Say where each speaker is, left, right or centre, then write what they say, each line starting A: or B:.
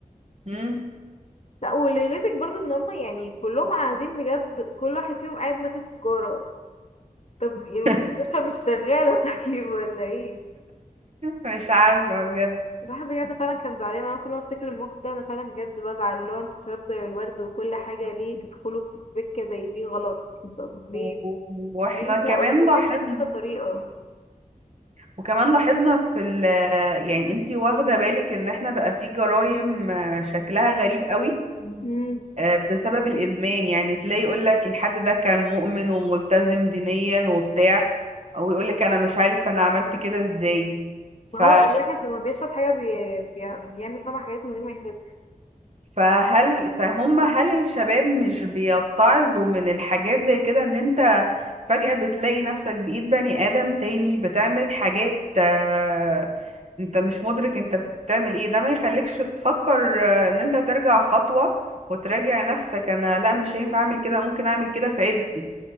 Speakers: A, on the right; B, on the left.
A: مم.
B: لا واللي يغيظك برضو ان هم يعني كلهم قاعدين بجد كل واحد فيهم قاعد ماسك سيجارة طب المستشفى
A: <laughs>
B: مش شغالة <laughs> طيب ولا ايه
A: مش عارفة بجد
B: الواحد بجد فعلا كان زعلان انا كل ما افتكر الموقف ده انا فعلا بجد بزعل اللي هو انتوا شباب زي الورد وكل حاجة ليه تدخلوا في سكة زي دي غلط طب ليه
A: و- و- واحنا
B: ليه انت
A: كمان
B: قلت
A: لاحظنا
B: كذا طريقة
A: وكمان لاحظنا في ال يعني انتي واخدة بالك ان احنا بقى في جرائم آه، شكلها غريب قوي
B: مم.
A: آه، بسبب الادمان يعني تلاقي يقول لك الحد ده كان مؤمن وملتزم دينيا وبتاع ويقول لك انا مش عارف انا عملت كده ازاي ف...
B: ما هو الواحد لما بيشرب حاجة بي... بي... بيعمل فيها حاجات من غير ما يحس
A: فهل فهم هل الشباب مش بيتعظوا من الحاجات زي كده ان انت فجأة بتلاقي نفسك بإيد بني آدم تاني بتعمل حاجات آه، انت مش مدرك انت بتعمل ايه ده ما يخليكش تفكر آه، ان انت ترجع خطوة وتراجع نفسك انا لا مش هينفع اعمل كده أنا ممكن اعمل كده في عيلتي